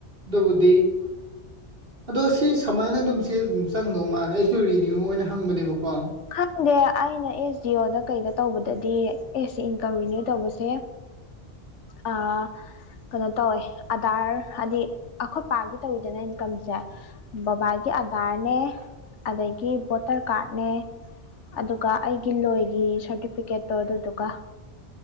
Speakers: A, on the right; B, on the left.
A: ꯗꯨꯕꯨꯗꯤ ꯑꯗꯣ ꯁꯤ ꯁꯃꯥꯏꯅ ꯑꯗꯨꯝ ꯆꯦ ꯗꯨꯝ ꯆꯪꯗꯧ ꯃꯥꯜꯂꯦ ꯑꯩꯁꯨ ꯔꯤꯅ꯭ꯌꯨ ꯑꯣꯏꯅ ꯍꯪꯕꯅꯦꯕꯀꯣ
B: ꯈꯪꯗꯦ ꯑꯩꯅ ꯑꯦꯁ ꯗꯤ ꯑꯣꯗ ꯀꯩꯗ ꯇꯧꯕꯗꯗꯤ ꯑꯦꯁ ꯏꯟꯀꯝ ꯔꯤꯅ꯭ꯌꯨ ꯇꯧꯕꯁꯦ ꯑꯥ ꯀꯩꯅꯣ ꯇꯧꯋꯦ ꯑꯙꯔ ꯑꯥꯗꯤ ꯑꯈꯣꯏ ꯄꯥꯒꯤ ꯇꯧꯋꯤꯗꯅ ꯏꯟꯀꯝꯒꯤꯁꯦ ꯕꯕꯥꯒꯤ ꯑꯗ꯭ꯥꯔꯅꯦ ꯑꯗꯒꯤ ꯚꯣꯇꯔ ꯀꯥꯔꯠꯅꯦ ꯑꯗꯨꯒ ꯑꯩꯒꯤ ꯂꯣꯏꯒꯤ ꯁꯥꯔꯇꯤꯐꯤꯀꯦꯠꯇꯣ ꯑꯗꯨꯗꯨꯒ